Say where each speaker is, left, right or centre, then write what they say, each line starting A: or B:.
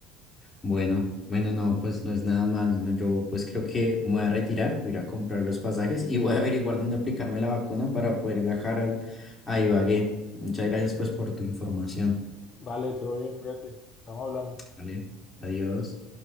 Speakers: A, on the left; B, on the left.
A: Bueno, bueno, no, pues no es nada mal, no, yo pues creo que me voy a retirar, voy a ir a comprar los pasajes y voy a averiguar dónde aplicarme la vacuna para poder viajar al, a Ibagué. Muchas gracias pues por tu información,
B: Vale, todo bien, cuídate. Estamos hablando.
A: ¿vale? Adiós.